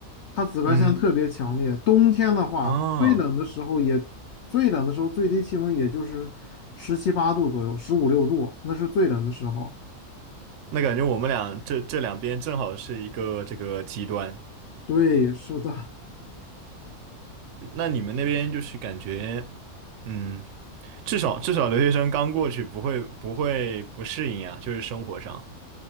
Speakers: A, on the left (about 65°); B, on the right (about 65°).
A: 它紫外线特别强烈，
B: 嗯，
A: 冬天的话，
B: 哦，
A: 最冷的时候也最冷的时候最低气温也就是十七八度左右，十五六度，那是最冷的时候。
B: 那感觉我们俩这这两边正好是一个这个极端。
A: 对，是的，
B: 那你们那边就是感觉，嗯，至少至少留学生刚过去不会不会不适应啊，就是生活上，